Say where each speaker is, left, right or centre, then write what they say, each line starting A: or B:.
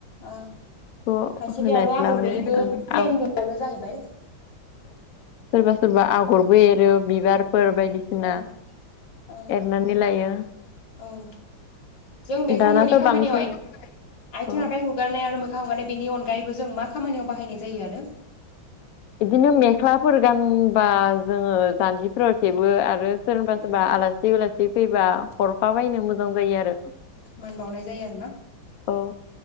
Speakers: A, on the left; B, on the left.
A: ओ
B: थ'
A: खायसेथि
B: होनानै
A: आरो आगर
B: लाबाय
A: गैयिबो
B: ओं
A: प्लेनबोनो
B: औ
A: जाहैबाय
B: सोरबा सोरबा आगरबो एरो बिबार फोर बायदिसिना
A: ओं ओं
B: एरनानै लायो।
A: ओं जों बेखौ
B: दानाथ'
A: न'नि खामानियाव
B: बांसिन
A: आथिं
B: अ
A: आखाइ हुगारनाय आरो मोखां हुगारनाय बेनि बिनि अनगायैबो जों मा खामानियाव बाहायनाय जायो आरो?
B: बिदिनो मेख्लाफोर गानबा जोङो जान्जिफोराव थेबो आरो, सोरबा सोरबा
A: उम
B: आलासि उलासि फैबा हरफा बायनो मोजां। जायो आरो
A: मान बावनाय जायो आरो
B: औ